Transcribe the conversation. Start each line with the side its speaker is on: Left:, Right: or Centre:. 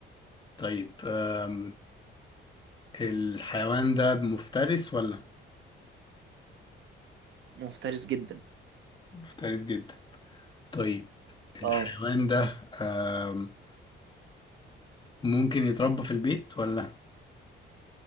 Left: طيب آم... الحيوان ده مفترس ولا؟
Right: مفترس جدا
Left: مفترس جدا طيب الحيوان
Right: اه
Left: ده آم، ممكن يتربى في البيت ولا